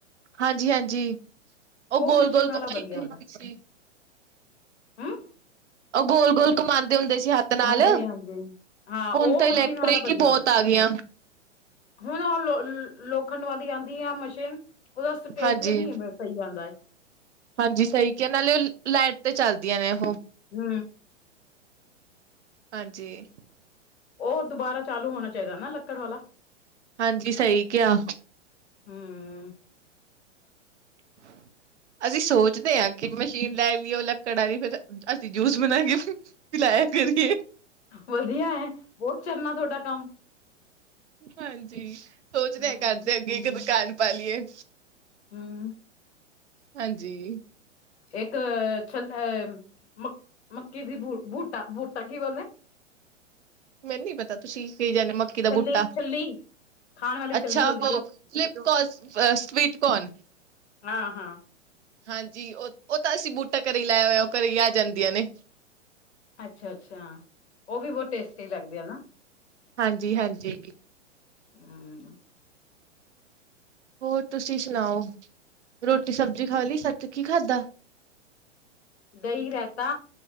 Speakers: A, on the right; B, on the left.
A: ਹਾਂਜੀ-ਹਾਂਜੀ, ਉਹ ਗੋਲ-ਗੋਲ
B: ਮਸ਼ੀਨ ਵਾਲਾ
A: ਘਮਾਈ
B: ਵਧੀਆ ਹੁੰਦਾ
A: ਹੁੰ ਸੀ।
B: ਹਮ
A: ਉਹ ਗੋਲ-ਗੋਲ ਘੁੰਮਾਂਦੇ ਹੁੰਦੇ ਸੀ, ਹੱਥ ਨਾਲ,
B: ਹਾਂਜੀ ਹਾਂਜੀ ਹਾਂ
A: ਹੁਣ
B: ਉਹ
A: ਤੇ
B: ਮਸ਼ੀਨ
A: ਇਲੈਕਟ੍ਰਿਕ
B: ਵਾਲਾ
A: ਹੀ
B: ਵਧੀਆ
A: ਬਹੁਤ
B: ਹੁੰਦਾ
A: ਆਗੀਆਂ।
B: ਹੁਣ, ਉਹ ਲੋ, ਲੋਖੰਡ ਵਾਲੀ ਆਂਦੀ ਆ ਮਸ਼ੀਨ, ਉਹਦਾ ਟੇਸਟ
A: ਹਾਂਜੀ,
B: ਨੀ ਹੈ ਸਹੀ ਆਂਦਾ।
A: ਹਾਂਜੀ ਸਹੀ ਕਿਆ, ਨਾਲੇ ਉਹ, ਲਾਈਟ ਤੇ ਚਲਦੀਆਂ ਨੇ ਉਹ।
B: ਹੂੰ।
A: ਹਾਂਜੀ।
B: ਉਹ ਦੁਬਾਰਾ ਚਾਲੂ ਹੋਣਾ ਚਾਹੀਦਾ ਨਾ ਲੱਕੜ ਵਾਲਾ।
A: ਹਾਂਜੀ, ਸਹੀ ਕਿਆ।
B: ਹਮ
A: <inaudible> ਅਸੀਂ ਸੋਚਦੇ ਆਂ ਕਿ ਮਸ਼ੀਨ ਲੈਲੀਏ ਓ ਲੱਕੜ ਆਲੀ ਫਿਰ, ਅਸੀਂ ਜੂਸ ਬਣਾਕੇ ਪਿਲਾਇਆ ਕਰੀਏ।
B: ਵਧੀਆ ਹੈ ਬਹੁਤ ਚਰਨਾ ਤੁਹਾਡਾ ਕੰਮ
A: ਹਾਂਜੀ, ਸੋਚਦੇ
B: ਹਮ
A: ਆਂ, ਘਰ ਦੇ ਅੱਗੇ ਇੱਕ ਦੁਕਾਨ ਪਾਲੀਏ।
B: ਹੂੰ।
A: ਹਾਂਜੀ।
B: ਇੱਕ, ਅ, ਮੱਕੀ ਦੀ ਬ ਭੁਟਾ, ਭੁਟਾ ਕੀ ਬੋਲਦੇ?
A: ਮੈਨੂੰ ਨੀ ਪਤਾ ਤੁਸੀਂ ਕੀ ਕਹਿੰਦੇ, ਮੱਕੀ ਦਾ
B: ਛੱਲੀ
A: ਬੂਟਾ।
B: ਛੱਲੀ ਖਾਣ ਵਾਲੀ
A: ਅੱਛਾ
B: ਛੱਲੀ ਹੁੰਦੀ
A: ਓਹ,
B: ਜੋ
A: ਫਲਿਪਕੋਸ, ਸਵੀਟ ਕੋਨ।
B: ਹਾ-ਹਾ।
A: ਹਾਂਜੀ, ਉਹ ਉਹ ਤਾ ਅਸੀਂ ਬੂਟਾ ਘਰੇ ਈ ਲਾਇਆ ਹੋਇਆ, ਉਹ ਘਰੇ ਈ ਆ ਜਾਂਦੀਆਂ ਨੇ।
B: ਅੱਛਾ-ਅੱਛਾ, ਉਹ ਵੀ ਬਹੁਤ ਟੇਸਟੀ ਲੱਗਦੇ ਆ ਨਾ।
A: ਹਾਂਜੀ-ਹਾਂਜੀ।
B: ਹੂੰ।
A: ਹੋਰ ਤੁਸੀਂ ਸੁਣਾਓ, ਰੋਟੀ-ਸਬਜ਼ੀ ਖਾਲੀ, ਸੱਚ ਕੀ ਖਾਧਾ?
B: ਦਹੀਂ ਰੈਤਾ